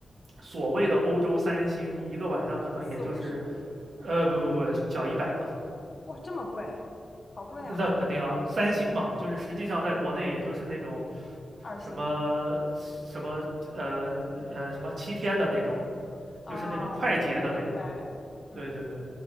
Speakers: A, on the right (about 65°); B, on the left (about 40°).
A: 所谓的欧洲三星，一个晚上可能也就是，
B: 四五十，
A: 呃，不不不，小一百吧，
B: 哇，这么贵，好贵啊，
A: 那肯定啊，三星嘛，就是实际上在国内也就是那种
B: 二星。
A: 什么什么呃呃什么七天的那种，
B: 哦，
A: 就是那种快捷的那种。
B: 明白。嗯。
A: 对对对，